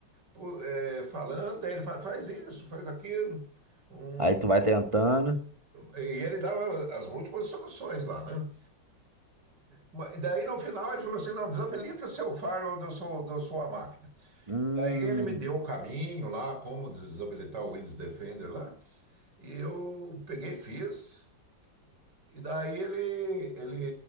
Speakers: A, on the right; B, on the right.
A: pô, é, falando, daí ele fala, faz isso, faz aquilo. Um
B: Aí tu vai tentando.
A: E ele dava as múltiplas soluções lá, né? Ma- Daí no final ele falou assim: não, desabilita seu faro da sua, da sua máquina.
B: Hum.
A: Aí ele me deu o caminho lá, como desabilitar o Windows Defender lá, e eu peguei e fiz. E daí ele, ele,